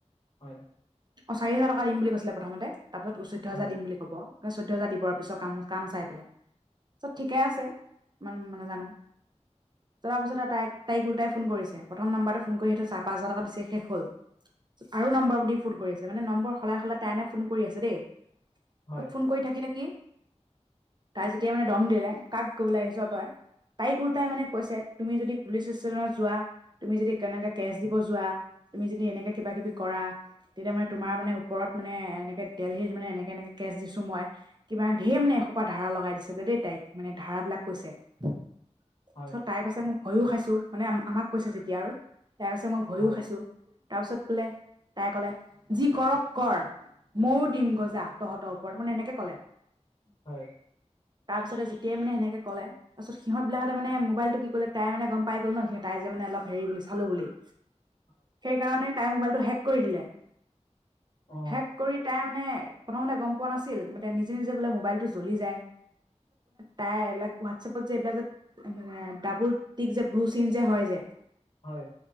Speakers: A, on the left; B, on the right.
A: হয়
B: অ চাৰি হাজাৰ টকা দিম বুলি কৈছিলে প্ৰথমতে তাৰ পিছত চৈধ্য হাজাৰ
A: হয়
B: দিম বুলি কৈ হ' চৈধ্য হাজাৰ দিবৰ পিছত ক কাম চাই পেলাই চত ঠিকে আছে ই মানে জানো
A: <unintelligible>
B: তলাৰ পিছত তাই তাই ওলোটাই ফোন কৰিছে প্ৰথম্বৰটো ফোন সিহঁ চাৰ পাঁ হাজ টকা দিছে শেষ হ'ল আৰু নম্বৰ দি ফোন কৰি আছে মানে নম্বৰ সলাই সলাই তাইনে ফোন কৰি আছে দেই
A: হয়
B: ত ফোন কৰি থাকি থাকি তাই যেতিয়া মানে দম দিলে কাক কবলৈ আহিছো তই তাইক উওল্টাই মানে কৈছে তুমি যদি পুলিচ ষ্টেশ্যনত যোৱা তুমি যদি কেনেকে কেচ দিব যোৱা তুমি যদি এনেকে কিবা কিবি কৰা তেতিয়া মানে তোমাৰ মানে ওপৰত মানে এনেকৈ দেলহি মানে এনেকৈ এনেকৈ কেছ দিছোঁ মই কিবা ধেৰ মানে এসোপা ধাৰ়া লগাই দিছে বোলে দেই তাইক মানে ধাৰাবিলাক কৈছে তাৰপছত
A: হয়
B: তাই কৈছে মোক ভয়ো খাইছো মানে আমাক কৈছে যেতিয়া আৰু তাই কৈছে মই
A: হয়
B: ভয়ো খাইছো তাৰপিছত বোলে তাই কলে যি কৰক কৰ মইও দিম গজা তহঁতৰ ওপৰত মানে এনেকে ক'লে
A: হয়
B: তাৰপিছতে যেতিয়াই মানে সেনেকৈ ক'লে পাছত সিহতিলাহ মান মবাইলটো ক'লে তাই মানে গমাই গ' ন সিহ ত যোনে অলপ হে বুলিৰি চালো বুলি
A: হয়
B: সেইকাৰণে তাই মোবাইলটো হেক কৰি দিলে
A: অ
B: হেক কৰি তাই মানে প্ৰথমতে গম পোৱা নাছিল মানে নিজে নিজে বোলে মোবাইলটো জ্বলি যায় তাই এইবিলাক হোৱাটছএপত যে এইবাক যে মান ডাবুল টিক যে ব্লু চন যে হয় যে
A: হয়